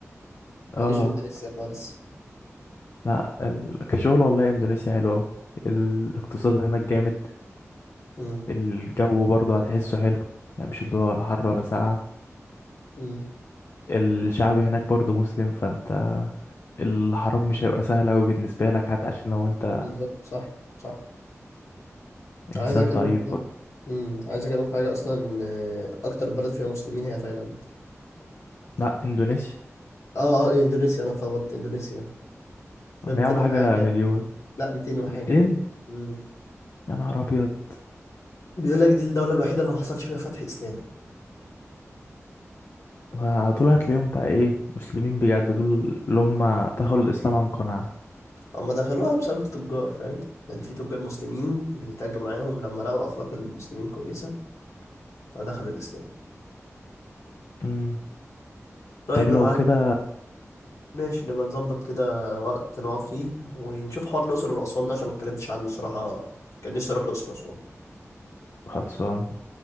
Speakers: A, on the left (about 55°); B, on the left (about 70°).
A: اه
B: ماليش في اندونيسيا خالص
A: لا ال... كشغل والله اندونيسيا حلوة اوي الاقتصاد هناك جامد
B: امم
A: الجو برضو هتحسه حلو يعني مش اللي هو ولا حر ولا ساقعة
B: امم
A: الشعب هناك برضو مسلم فانت الحرام مش هيبقى سهل اوي بالنسبة لك حتى عشان لو انت
B: بالظبط صح صح عايز
A: انسان
B: اكلمك
A: ضعيف
B: برضه
A: برضو
B: امم عايز اكلمك في حاجة اصلا ان اكتر بلد فيها مسلمين هي تايلاند
A: لا اندونيسيا
B: اه اه اندونيسيا انا اتلخبطت اندونيسيا
A: مية
B: ده 200
A: حاجة
B: وحاجه
A: مليون
B: لا 200 وحاجه
A: ميتين
B: مليون امم
A: يا نهار ابيض
B: بيقول لك دي الدولة الوحيدة اللي ما حصلش فيها فتح إسلامي
A: فدول هتلاقيهم بقى ايه مسلمين بجد دول اللي هم دخلوا الإسلام عن قناعة
B: هما دخلوها بسبب التجار فاهم كان في تجار مسلمين بيتاجروا معاهم لما لقوا اخلاق المسلمين كويسه فدخلوا الاسلام
A: مم.
B: طيب
A: طب
B: يا
A: لو
B: معلم
A: كده
B: ماشي نبقى نظبط كده وقت نقعد فيه ونشوف حوار الأقصر والأسوان ده عشان ما اتكلمتش عنه الصراحة كان نفسي أروح الأقصر وأسوان
A: خلصان